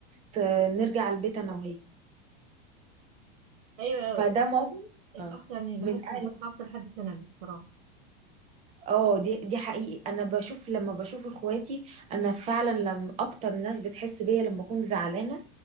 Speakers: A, on the right; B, on the right.
A: ت... نرجع البيت انا وهي
B: ايوه
A: فده موقف
B: الاخ
A: آه،
B: يعني بحس
A: من اهل
B: ان الاخ اكتر حد سند الصراحه
A: اه دي دي حقيقي انا بشوف لما بشوف اخواتي انا فعلا لما اكتر ناس بتحس بيا لما اكون زعلانه